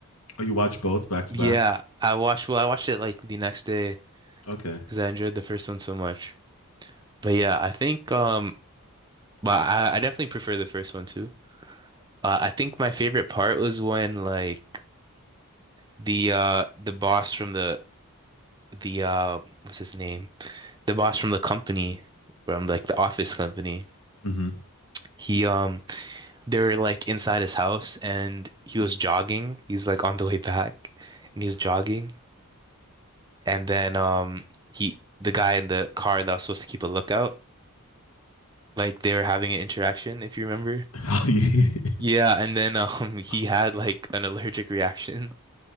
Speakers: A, on the left; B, on the right.
A: Oh, you watch both back to
B: yeah,
A: back?
B: I watched, well, I watched it like the next day
A: Okay.
B: because I enjoyed the first one so much. But yeah, I think, um, but I, I definitely prefer the first one too. Uh, I think my favorite part was when like the uh the boss from the the uh what's his name? The boss from the company from like the office company.
A: hmm
B: He um they were like inside his house and he was jogging. He's like on the way back and he's jogging. And then um he the guy in the car that was supposed to keep a lookout, like they were having an interaction, if you remember.
A: Oh yeah.
B: Yeah, and then <laughs> um he
A: <laughs>
B: had like an allergic reaction.